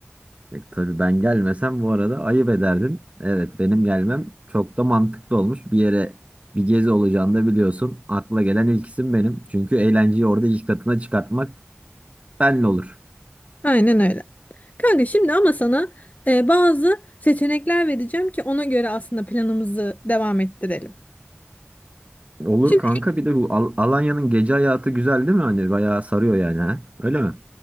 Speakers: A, on the right; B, on the left.
A: E, Tabii ben gelmesem bu arada ayıp ederdin. Evet benim gelmem çok da mantıklı olmuş. Bir yere bir gezi olacağını da biliyorsun. Akla gelen ilk isim benim. Çünkü eğlenceyi orada ilk katına çıkartmak benle olur.
B: Aynen öyle. Kanka şimdi ama sana e, bazı seçenekler vereceğim ki ona göre aslında planımızı devam ettirelim.
A: Olur
B: Şimdi
A: kanka bir de bu Al- Alanya'nın gece hayatı güzel değil mi? Hani bayağı sarıyor yani ha? Öyle mi?